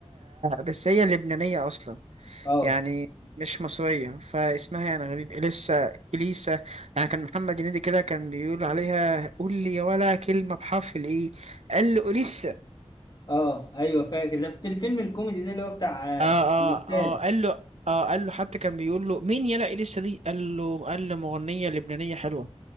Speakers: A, on the right (about 75°); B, on the left (about 40°).
A: بس هي لبنانية أصلا
B: اه
A: يعني مش مصرية فاسمها يعني غريب إليسا إليسا يعني كان محمد هنيدي كده كان بيقول عليها قول لي يا ولا كلمة بحرف الإيه قال له إليسا
B: اه ايوه فاكر ده في الفيلم الكوميدي ده اللي هو بتاع
A: اه اه
B: آه، الأستاذ
A: اه قال له اه قال له حتى كان بيقول له مين يلا إليسا دي قال له قال له مغنية لبنانية حلوة